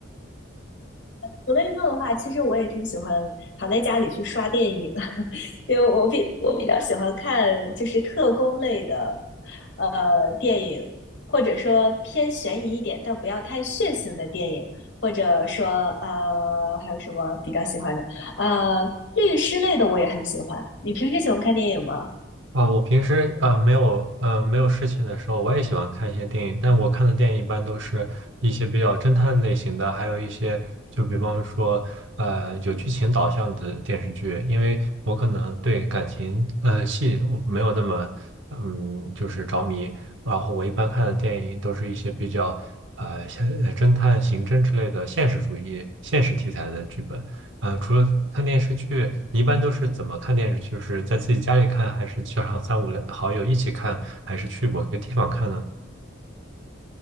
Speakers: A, on the left; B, on the right.
A: 除了运动的话，其实我也挺喜欢躺在家里去刷电影，<laughs> 因为我比我比较喜欢看就是特工类的呃电影，或者说偏悬疑一点，但不要太血腥的电影，或者说呃还有什么比较喜欢的呃律师类的我也很喜欢。你平时喜欢看电影吗？
B: 啊，我平时呃没有呃没有事情的时候，我也喜欢看一些电影，但我看的电影一般都是一些比较侦探类型的，还有一些就比方说呃有剧情导向的电视剧，因为我可能对感情呃戏我没有那么嗯就是着迷，然后我一般看的电影都是一些比较呃像呃侦探、刑侦之类的现实主义、现实题材的剧本。呃，除了看电视剧，你一般都是怎么看电视剧？就是在自己家里看，还是叫上三五好友一起看，还是去某个地方看呢？